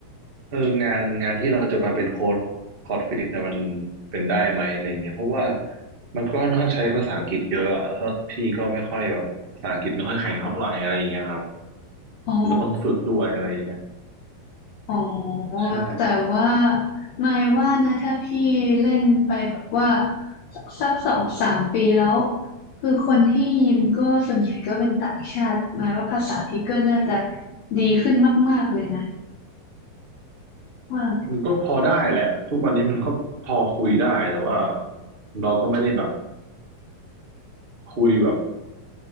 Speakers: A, on the right (about 35°); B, on the left (about 65°).
A: เอองานงานที่เราจะมาเป็นโค้ชโค้ชฟิตเนี่ยมันเป็นได้ไหมอะไรเงี้ยเพราะว่ามันก็ค่อนข้างใช้ภาษาอังกฤษเยอะอะแล้วพี่ก็ไม่ค่อยแบบภาษาอังกฤษไม่ค่อยแข็งเท่าไหร่อะไรเงี้ยครับ
B: อ๋อ
A: มันก็ต้องฝึกด้วยอะไรอย่างเงี้ย
B: อ๋อ
A: ใช่
B: แต่ว่านายว่านะถ้าพี่เล่นไปแบบว่าสักสองสามปีแล้ว คือคนที่ยิมก็ส่วนใหญ่ก็เป็นต่างชาติหมายว่าภาษาพี่ก็น่าจะดีขึ้นมากๆเลยนะว่า
A: มันก็พอได้แหละทุกวันนี้มันก็พอคุยได้แต่ว่าเราก็ไม่ได้แบบคุยแบบ